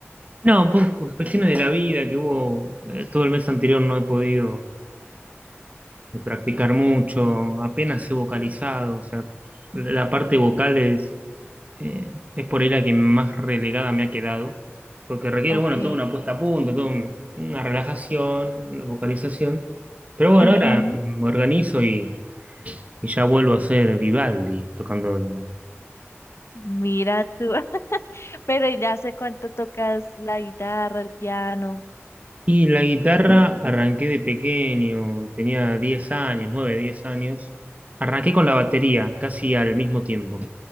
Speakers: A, on the right; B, on the left.
A: No, un poco cuestiones de la vida que hubo, eh, todo el mes anterior no he podido. de practicar mucho, apenas he vocalizado, o sea, la parte vocal es, eh, es por ahí la que más relegada me ha quedado, porque requiere,
B: Ok.
A: bueno, toda una puesta a punto, toda un- una relajación, una vocalización, pero bueno,
B: ujú,
A: ahora me organizo y, y ya vuelvo a ser Vivaldi tocando. el-
B: Mira tú. <laughs> Pero ¿y hace cuánto tocas la guitarra, el piano?
A: Y la guitarra arranqué de pequeño, tenía 10 años, 9 10 años, arranqué con la batería casi al mismo tiempo.